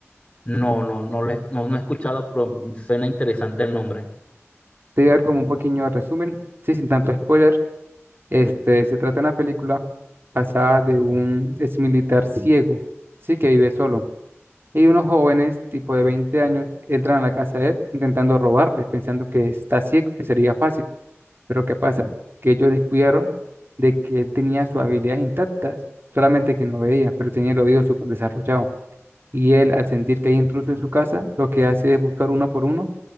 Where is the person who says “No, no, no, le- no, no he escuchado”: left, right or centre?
Left